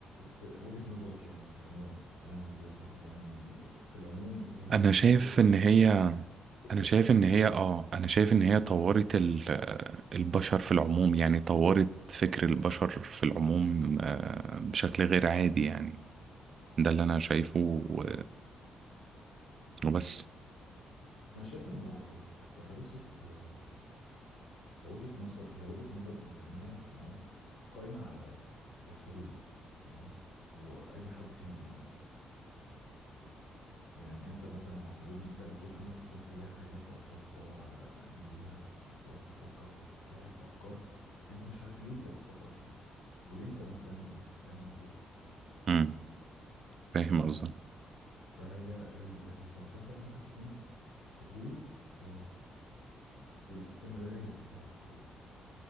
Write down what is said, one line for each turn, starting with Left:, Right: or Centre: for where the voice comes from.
Left: في وجهة نظرك يعني في العموم فاهم قصدي يا صاحبي يعني في العموم إيه هي
Right: انا شايف
Left: أصل الفلسفة
Right: ان هي
Left: دي فكرة فكرة
Right: انا
Left: شعبية
Right: شايف ان هي اه انا شايف ان هي طورت ال- البشر في العموم يعني طورت فكر البشر في العموم آه، بشكل غير عادي يعني ده اللي انا شايفه و- وبس
Left: أنا شايف إنه الف- التفلسف هي هي وجهة نظر هي وجهة نظر إنسانية تمام قايمة على الفضول تمام وأي حد فينا بيعمل كده يعني أنت مثلا على سبيل المثال أكيد عندك فضول تجاه حاجات فبتروح تدور على معاني ليها وت- وتقعد تفكر وتتسحل في أفكار أنت مش عارف ليه أنت بتفكر فيها وليه أنت مهتم بيها فاهم قصدي إيه؟
Right: امم فاهم
Left: ف...
Right: قصدك
Left: فهي ال- الفلسفة ممكن تكون فضول و... واستمرارية تجاه الفضول ده